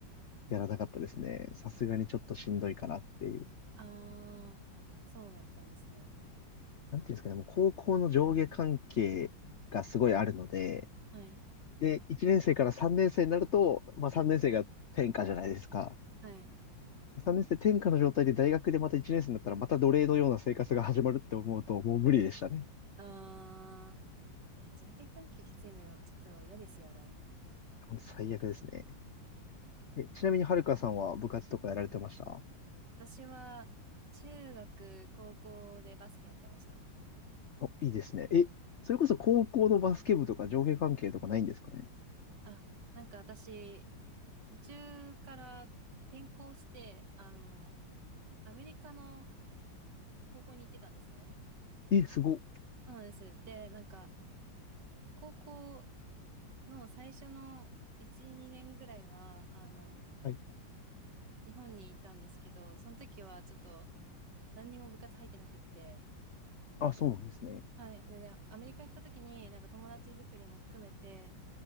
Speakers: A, on the left; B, on the right.
A: やらなかったですね。さすがにちょっとしんどいかなっていう。
B: あー、そうだったんですね。
A: なんていうんですかね、もう高校の上下関係がすごいあるので、
B: はい。
A: で、1年生から3年生になると、まあ3年生が転科じゃないですか。
B: はい。
A: 3年生転科の状態で大学でまた1年生になったらまた奴隷のような生活が始まるって思うと、もう無理でしたね。
B: はい。あー。いや、上下関係きついの、ちょっと嫌ですよね。
A: 本当最悪ですね。え、ちなみにはるかさんは部活とかやられてました
B: 私は、中学、高校でバスケやってました。
A: お、いいですね。え、それこそ高校のバスケ部とか上下関係とかないんですかね
B: あ、なんか私、途中から転校して、あの、アメリカの高校に行ってたんですね。
A: え、すごっ。
B: そうなんです。で、なんか、高校の最初の1、2年ぐらいは、あの、
A: はい。
B: 日本にいたんですけど、その時はちょっと、何にも部活入ってなくって、
A: あ、そうなんですね。
B: はい。でね、アメリカ行った時に、なんか友達作りも含めて、